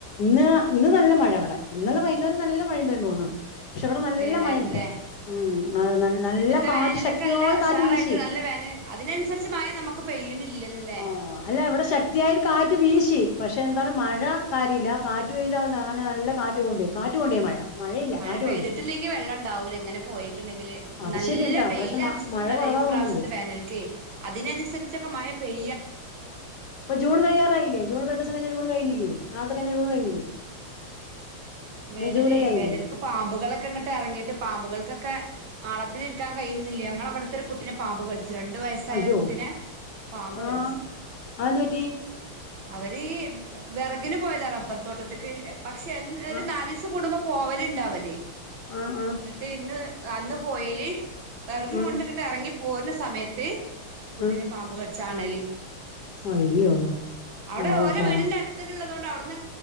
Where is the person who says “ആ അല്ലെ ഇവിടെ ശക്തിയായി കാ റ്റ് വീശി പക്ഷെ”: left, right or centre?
Left